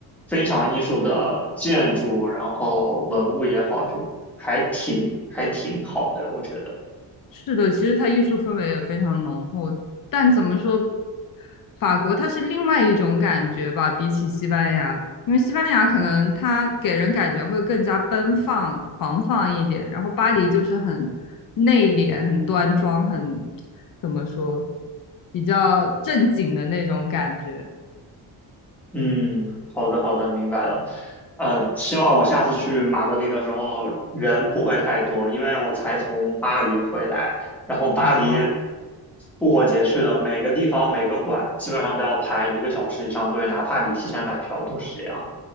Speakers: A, in the centre; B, on the left (about 55°).
A: 非常艺术的建筑，然后文物也好，就还挺还挺好的，我觉得。
B: 是的，其实它艺术氛围也非常浓厚，但怎么说，法国它是另外一种感觉吧，比起西班牙，因为西班牙可能它给人感觉会更加奔放、狂放一点，然后巴黎就是很内敛、很端庄、很怎么说，比较正经的那种感觉。
A: 嗯，好的，好的，明白了。呃，希望我下次去马德里的时候人不会太多，因为我才从巴黎回来，然后巴黎
B: 哦，
A: 复活节去的，每个地方每个馆基本上都要排一个小时以上队，哪怕你提前买票都是这样，